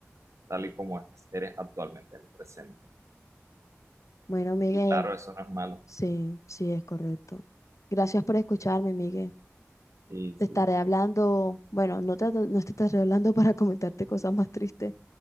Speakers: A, on the right; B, on the left.
A: tal y como eres actualmente en el presente.
B: Bueno, Miguel,
A: Y claro, eso no es malo.
B: sí, sí es correcto. Gracias por escucharme, Miguel.
A: Sí,
B: Te
A: sí.
B: estaré hablando, bueno, no te, no te estaré hablando <laughs> para comentarte cosas más tristes,